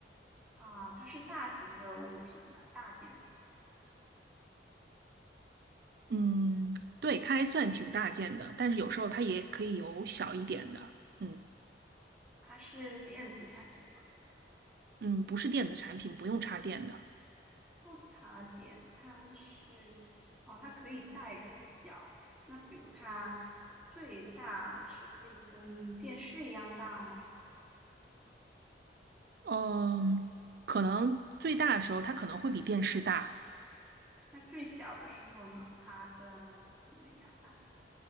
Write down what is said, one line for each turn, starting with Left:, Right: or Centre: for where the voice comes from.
Centre: 啊，它是大型的物品吗？大件的，
Right: 嗯，对，它还算挺大件的，但是有时候它也可以有小一点的。嗯
Centre: 它是电子产品吗？
Right: 嗯，不是电子产品，不用插电的。
Centre: 不插电，它是哦，它可以大也可以小。那比如它最大是可以跟电视一样大吗？
Right: 嗯，可能最大的时候它可能会比电视大，
Centre: 那最小的时候呢，它跟什么一样大？